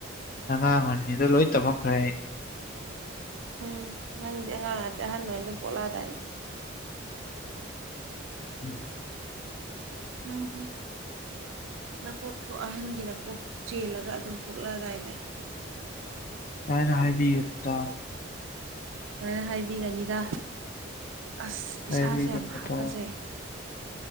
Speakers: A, on the left; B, on the right.
A: ꯑꯉꯥꯡꯉꯅꯤꯗ ꯂꯣꯏ ꯇꯝꯃꯛꯈ꯭ꯔꯦ
B: ꯎꯝ ꯅꯪꯗꯤ ꯑꯉꯥꯡ ꯑꯗꯤ ꯑꯍꯟ ꯍ ꯑꯣꯏꯅ ꯑꯗꯨꯝ ꯄꯣꯛꯂꯛꯑꯗꯥꯏ
A: ꯎꯝ
B: ꯎꯝ ꯅꯀꯣꯛꯇꯣ ꯑꯍꯟꯒꯤ ꯅꯀꯣꯛ ꯆꯦꯜꯂꯒ ꯑꯗꯨꯝ ꯄꯣꯛꯂꯑꯗꯥꯏꯅꯦ
A: ꯗꯥꯏꯅ ꯍꯥꯏꯕꯤꯒꯅꯨꯗ
B: ꯁꯃꯥꯏꯅ ꯍꯥꯏꯕꯤꯒꯅꯤꯗ ꯑꯁ
A: ꯍꯥꯏꯕꯤꯒꯅꯨꯗ
B: ꯏꯁꯥꯁꯦ ꯌꯥꯝ ꯍꯥꯀꯖꯩ